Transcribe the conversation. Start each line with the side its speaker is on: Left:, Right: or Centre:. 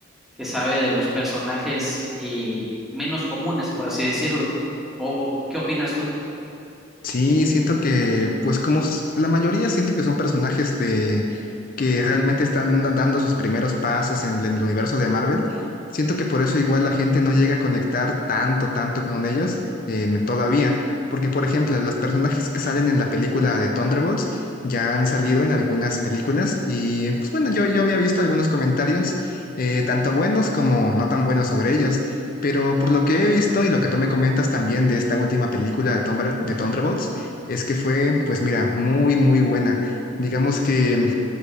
Centre: que sabe de los personajes eh, menos comunes, por así decirlo. ¿O, o qué opinas tú?
Left: Sí, siento que, pues como s- la mayoría, siento que son personajes de que realmente están da- dando sus primeros pasos en, el en el universo de Marvel. Siento que por eso igual la gente no llega a conectar tanto, tanto con ellos em, todavía. Porque, por ejemplo, los personajes que salen en la película de Thunderbolts ya han salido en algunas películas y, pues bueno, yo, yo había visto algunos comentarios, eh, tanto buenos como no tan buenos sobre ellos. Pero por lo que
Centre: Ajá.
Left: he visto y lo que tú me comentas también de esta última película de, Thunder- de Thunderbolts, es que fue, pues mira, muy, muy buena. Digamos que